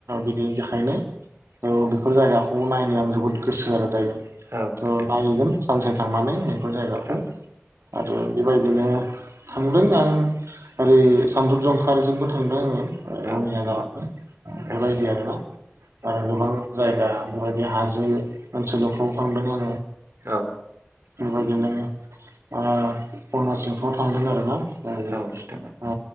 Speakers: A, on the right; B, on the right.
A: बिदिनि थाखायनो औ बेफोर जायगाखौ नायनाय आं जोबोद गोसो आरो दायो।
B: औ
A: थ'
B: नोंथां
A: नायहगोन सानसे थांनानै बेफोर जायगाखौ
B: औ
A: आरो बेबायदि बिदिनो थांदों आं ओरै सानदुं जंखारिजोंबो थांदों आङो
B: औ
A: रङिया जनो
B: नोंथां
A: बेबायदि
B: औ
A: आरोना आरो गोबां जायगा बेफोरबायदि हाजो ओनसोलफ्राव फांदों
B: औ
A: बेबायदिनो अरुनााचलफ्राव थांदों आरोना आरो
B: औ नोंथां औ नोंथां औ नोंथां औ नोंथां औ नोंथां औ
A: आ